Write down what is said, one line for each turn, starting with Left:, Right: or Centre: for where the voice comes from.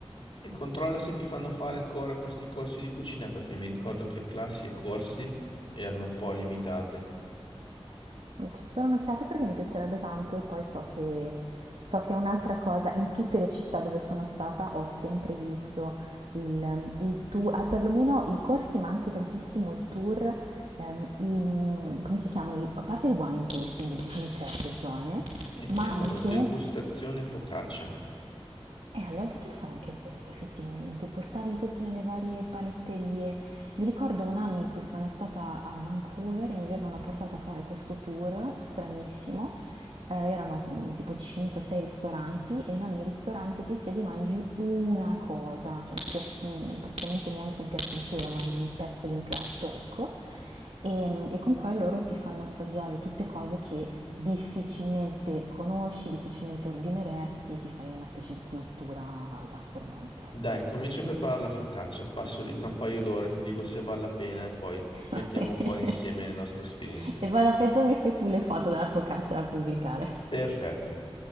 Left: E controlla se ti fanno fare ancora questi corsi di cucina perché mi ricordo che classi e corsi erano un po' limitate.
Right: Ci darò un'occhiata perché mi piacerebbe tanto e poi so che, so che è un'altra cosa, in tutte le città dove sono stata ho sempre visto il, il tour, ah, perlomeno i corsi ma anche tantissimo il tour, ehm, i- come si chiamano, a parte il wine tasting in in certe zone,
Left: E chiamalo
Right: ma anche
Left: degustazione focaccia.
Right: E allora potrei fare anche quello, effettivamente, portarli tutti nelle varie panetterie. Mi ricordo un anno in cui sono stata a Vancouver e mi avevano portato a fare questo tour stranissimo. Eh, erano mm, tipo 5-6 ristoranti e in ogni ristorante ti siedi e mangi una cosa, cioè un piatto- mm, praticamente neanche un piatto intero, mangi un pezzo di un piatto, ecco. E, mm, e con quello loro ti fanno assaggiare tutte cose che difficilmente conosci, difficilmente ordineresti e ti fai una specie di cultura gastronomica,
Left: Dai,
Right: ecco.
Left: comincia a preparare la focaccia, passo lì tra un paio d'ore, ti dico se vale la pena e poi
Right: <laughs>
Left: mettiamo fuori insieme le nostre experiences.
Right: E poi alla peggio mi fai tu le foto della focaccia da pubblicare.
Left: Perfetto.